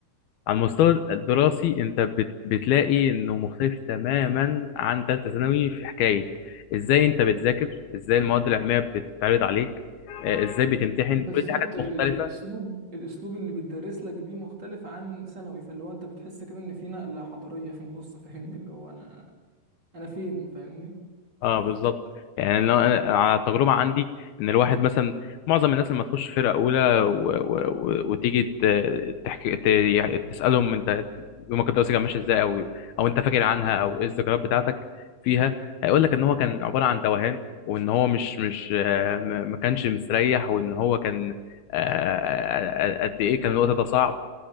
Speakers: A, on the left; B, on the right.
A: على المستوى الدراسي انت بت بتلاقي انه مختلف تماما عن ثالثة ثانوي في حكاية ازاي انت بتذاكر ازاي المواد العلمية بتتعرض عليك آه، ازاي بتمتحن
B: بالظبط
A: كل دي حاجات
B: ال-
A: مختلفة
B: الاسلوب الاسلوب اللي بيدرس لك بيه مختلف عن ثانوي فاللي هو انت بتحس كده ان في نقله حضاريه في النص فاهمني اللي هو انا انا فين فاهمني
A: اه بالظبط يعني لو انا على التجربه عندي ان الواحد مثلا معظم الناس لما تخش فرقه اولى و... و... و... وتيجي ت- تحكي ت... يعني تسالهم انت يومك الدراسي كان ماشي ازاي او او انت فاكر عنها او ايه الذكريات بتاعتك فيها هيقول لك ان هو كان عباره عن توهان وان هو مش مش آه، ما ما كانش مستريح وان هو كان آه، آه، آه، قد ايه كان الوقت ده صعب